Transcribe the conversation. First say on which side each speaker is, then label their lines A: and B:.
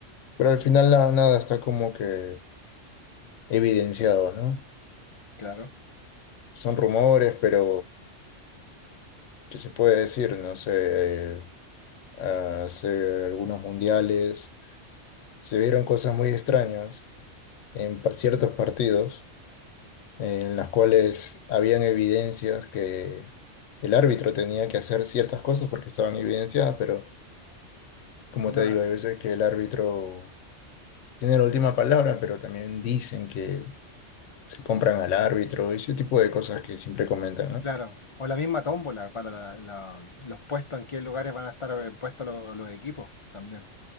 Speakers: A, on the left (about 85°); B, on the left (about 35°).
A: pero al final nada, nada está como que evidenciado, ¿no?
B: Claro,
A: Son rumores, pero ¿qué se puede decir? No sé, hace algunos mundiales se vieron cosas muy extrañas en pa- ciertos partidos en las cuales habían evidencias que el árbitro tenía que hacer ciertas cosas porque estaban evidenciadas, pero como
B: no
A: te
B: lo
A: digo,
B: hacía.
A: hay veces que el árbitro tiene la última palabra, pero también dicen que se compran al árbitro y ese tipo de cosas que siempre comentan, ¿no?
B: Claro. O la misma tómbola para la- la- los puestos, en qué lugares van a estar eh, puestos los, los equipos también.